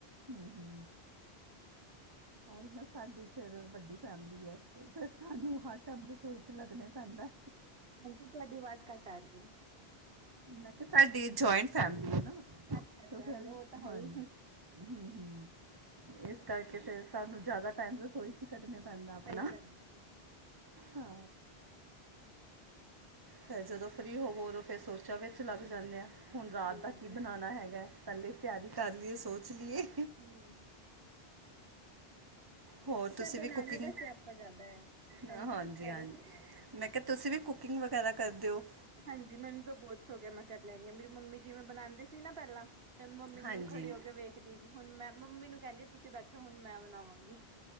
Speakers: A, on the right; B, on the right.
A: ਹੂੰ ਹੂੰ, ਉਹੀ ਨਾ ਸਾਡੀ ਫੇਰ ਵੱਡੀ ਫੈਮਿਲੀ ਹੈ ਤੇ ਫਿਰ ਸਾਨੂੰ ਹਰ ਟਾਈਮ ਰਸੋਈ ਚ ਲੱਗਨਾ ਪੈਂਦਾ।
B: ਆਂਟੀ ਤੁਹਾਡੀ ਆਵਾਜ਼ ਘੱਟ ਆ ਰਹੀ ਹੈ।
A: ਮੈਂ ਕਿਹਾ ਸਾਡੀ ਜੁਆਇੰਟ ਫੈਮਿਲੀ ਹੈ ਨਾ।
B: ਅੱਛਾ ਅੱਛਾ
A: ਤੇ ਫਿਰ
B: ਹਜੇ ਉਹ ਤਾਂ ਹੈ
A: ਹਾਂਜੀ
B: ਹੀ
A: ਹਮ-ਹਮ ਇਸ ਕਰਕੇ ਫੇਰ ਸਾਨੂੰ ਜਾਦਾ ਟਾਈਮ ਰਸੋਈ ਕੱਢਨਾ ਪੈਂਦਾ
B: ਸਹੀ
A: ਆਪਣਾ
B: ਗੱਲ ਹੈ ਸਹੀ ਗੱਲ ਹੈ।
A: ਹਾ।
B: ਹਮ
A: ਫੇਰ ਜਦੋਂ ਫਰੀ ਹੋਵੋ ਉਦੋ ਫਿਰ ਸੋਚਾ ਵਿੱਚ ਲੱਗ ਜਾਂਦੇ ਹਾ। ਹੁਣ ਰਾਤ
B: ਸਹੀ
A: ਦਾ
B: ਗੱਲ
A: ਕੀ
B: ਏ।
A: ਬਣਾਣਾ ਹੈਗਾ ਪਹਿਲੇ ਤਿਆਰੀ ਕਰ ਲਈਏ ਸੋਚ ਲਈਏ।
B: ਹਮ
A: ਹੋਰ
B: ਬੇਟਾ
A: ਤੁਸੀਂ
B: ਬਨਾਨੇ
A: ਵੀ ਕੁਕਿੰਗ,
B: ਦਾ ਸਿਆਪਾ ਜ਼ਿਆਦਾ ਹੈ ਹਾਂਜੀ
A: ਹਾਂਜੀ-ਹਾਂਜੀ।
B: ਕੀ ਕਹਿ ਰਹੇ ਸੀ।
A: ਮੈਂ ਕਿਹਾ ਤੁਸੀ ਵੀ ਕੁਕਿੰਗ ਵਗੈਰਾ ਕਰਦੇ ਹੋ।
B: ਹਾਂਜੀ ਮੈਨੂੰ ਤਾ ਬਹੁਤ ਸ਼ੌਕ ਹੈ ਮੈਂ ਕਰ ਲੈਣੀ ਹਾਂ ਮੇਰੀ ਮੰਮੀ ਜਿਵੇਂ ਬਣਾਉਂਦੇ ਸੀ ਨਾ ਪਹਿਲਾ ਤੇ ਮੰਮੀ
A: ਹਾਂਜੀ
B: ਖੜੀ ਹੋ ਕੇ ਵੇਖ ਦੀ ਸੀ ਹੁਣ ਮੈਂ ਮੰਮੀ ਨੂੰ ਕਹਿੰਦੀ ਤੁਸੀਂ ਬੈਠੋ ਹੁਣ ਮੈਂ ਬਣਾਵਾਂਗੀ।